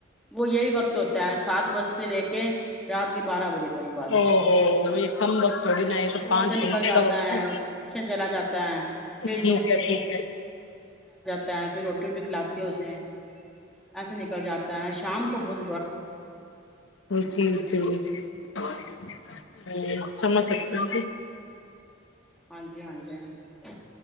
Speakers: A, in the centre; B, on the left.
A: وہ یہی وقت ہوتا ہے سات بج سے لے کے رات کے بارہ بجے تک بس
B: او ہو یہ کم وقت تھوڑی نہ ہے تو
A: صبح
B: پانچ
A: نکل
B: گھنٹے
A: جاتا
B: کا وقت ہے
A: ٹیوشن چلا جاتا ہے پھر
B: ٹھیک ہے ٹھیک ہے
A: ت پھر روٹی روٹی کلاات ت سےے ایسے نکل جاتا ہے شام کو بد
B: جی جی جی <unintelligible> سمجھ سکتے ہ
A: ہاں جی ہاں جی ہاں